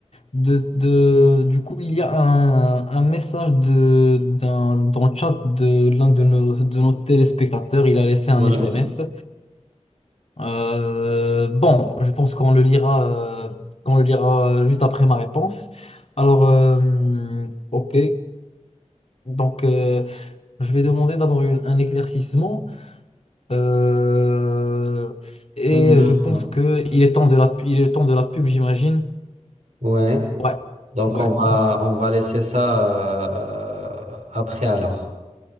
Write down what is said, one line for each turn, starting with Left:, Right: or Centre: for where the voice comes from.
Left: de, de- Du coup, il y a un, un message de, d'un, dans le chat de l'un de nos, de nos téléspectateurs. Il a laissé un
Right: Ouais.
Left: SMS. Euh, bon, je pense qu'on le lira, euh, qu'on le lira euh, juste après ma réponse. Alors, euh, ok. Donc, euh, je vais demander d'abord une- un éclaircissement. Euh, et
Right: D'accord.
Left: je pense que il est temps de la, pu- il est temps de la pub, j'imagine.
Right: Ouais.
Left: Ouais,
Right: Donc
Left: ouais.
Right: on va
Left: Donc,
Right: on va laisser ça euh, après alors.